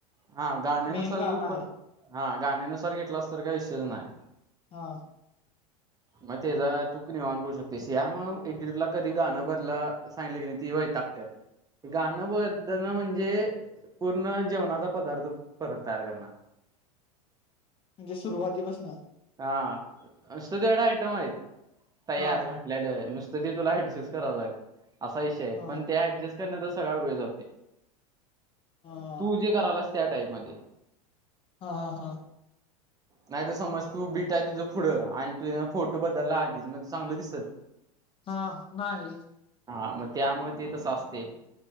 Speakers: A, on the right; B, on the left.
A: हा गाण्यानुसार
B: मेन गाणं आहे
A: - हा गाण्यानुसार घेतला तर काही विषयच नाही.
B: हा.
A: मग त्याचा तूक निवांत करू शकते. यामूळ एडिटला कधी गाणं बदला. सांगलं की नाही की वैतागत्यात गाणं बदलन म्हणजे पूर्ण जेवणाचा पदार्थ परत तयार करणार.
B: म्हणजे, सुरुवातीपासनं.
A: हा असं त्यात आयटम आहेत तयार
B: हा
A: घाट. ललं नुसतं ते तुला ऍडजस्ट कराचं असा विषय आहे
B: हा
A: पण ते ऍडजस्ट. त्यानं सगळा वेळजातंय
B: हा
A: तू जे करालास त्या टाईम मध्ये
B: हा हा.
A: नाही त समज. तू बिटाय तुझं पुढं आणि तुझ्या फोटो बदलयला हि मग त चांगलं दिसलं.
B: हा नाही.
A: हा मग त्यामुळे ते तस असते